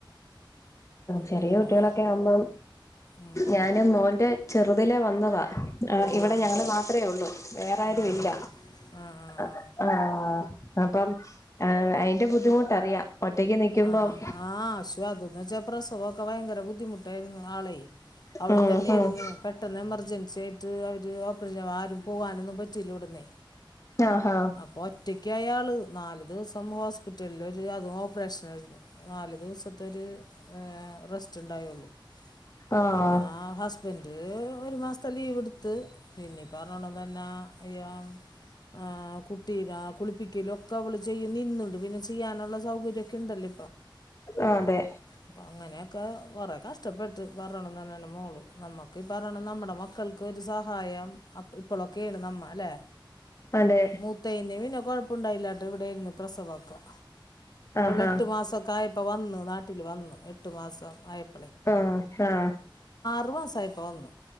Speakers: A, on the left; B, on the left.
A: ചെറിയ
B: പിന്നെ
A: കുട്ടികളൊക്കെ ആവുമ്പം
B: ഉം
A: ഞാന് മോന്റെ ചെറുതിലെ വന്നതാ ആ ഇവിടെ
B: ആഹ്
A: ഞങ്ങള്
B: ആഹ്
A: മാത്രേ ഉള്ളൂ വേറെ ആരുംഇല്ല
B: ആഹ് ആഹ് ആഹ് ആഹ്
A: ആ
B: ആഹ്
A: ആഹ് അപ്പം അയിന്റെ ബുദ്ധിമുട്ടറിയാം ഒറ്റക്ക് നിക്കുമ്പം
B: ആഹ് ആഹ് അശ്വാ അതൊന്നച്ചാ പ്രസവമൊക്കെ ഭയങ്കര ബുദ്ധിമുട്ടായിരുന്നു ആളെ അവടെത്തന്നെ
A: ഉം
B: ആയിരുന്ന്
A: ഉം
B: പെട്ടെന്ന് എമർജൻസി ആയിട്ട് അവര് ഓ പ്പറേഷൻ ആരും പോവാനൊന്നും പ റ്റില്ലന്നൊടിന്നെ
A: ആഹാ
B: അപ്പൊ ഒറ്റക്ക് അയാള് നാല് ദീസം ഹോസ്പിറ്റലല് ഒരു അത് മാ <unintelligible> നാല് ദിവസത്തെരു റെസ്റ്റ് ഉണ്ടായുള്ളു
A: ആഹ്
B: പിന്നെ ഹസ്ബൻഡ് ഒരു മാസത്തെ ലീവ് ടുത്തു ത്ത് പിന്നീപ്പറോണംതന്നെ <unintelligible> ആ കുട്ടിനാ കുളിപ്പിക്കലും ഒക്കെ അവള് ചെയ്യുംനിന്നുണ്ട് പിന്നെ ചെയ്യാനുള്ള സൗകര്യ <unintelligible> ക്കെണ്ടല്ലോ
A: ആഹ് അതെ
B: ഇപ്പൊ അങ്ങനെയൊക്കെ കൊറെ കഷ്ടപ്പെട് പറണം തന്നന്റ മോള് നമ്മുക്ക ഇ പറയണം നമ്മുടെ മക്ക ക്കൾക്ക് ഒരു സഹായം ഇപ്പോളൊക്കെയണ് നമ്മ അല്ലേ
A: അതെ
B: മൂത്തയിനെ പിന്നെ കുഴപ്പു--ണ്ടാ--യില്ല ഇവിടെയിരുന്നു പ്രസവക്കെ
A: ആഹാ
B: എട്ട് മാസക്കാ ആയപ്പോ പ്പോ വന്ന് നാട്ടില് വന്ന് എട്ട് മാസം ആയപ്
A: ആഹ് ആഹ്
B: റു---സായപ്പോ വന്നു